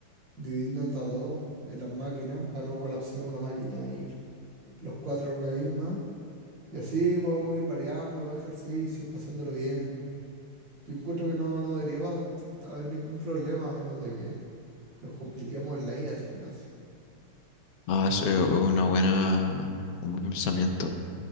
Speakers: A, on the right; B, on the left.
A: dividirnos a dos en las máquinas para no colapsar una máquina y los cuatro en una misma. Y así podemos ir variando los ejercicios, pasándolo bien. Yo encuentro que no, no debería pas- haber ningún problema a menos de que nos compliquemos en la ida al gimnasio.
B: Ah, es eh, una buena, un buen pensamiento.